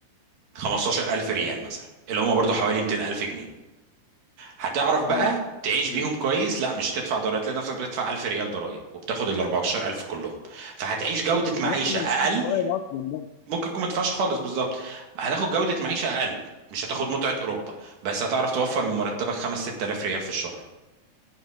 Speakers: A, on the right (about 55°); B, on the left (about 80°).
A: 15000 ريال مثلا اللي هم برضو حوالي 200000 جنيه هتعرف بقى
B: اه
A: تعيش
B: فعلا.
A: بيهم كويس لا مش هتدفع ضرائب لنفسك بتدفع 1000 ريال ضرائب وبتاخد ال 14000 كلهم فهتعيش جوده
B: انت
A: معيشه
B: ممكن ما
A: اقل
B: تدفعش ضرايب اصلا برضه
A: ممكن يكون مدفعش خالص بالظبط هتاخد جودة معيشة أقل مش هتاخد متعة أوروبا بس هتعرف توفر من مرتبك 5 6000 ريال في الشهر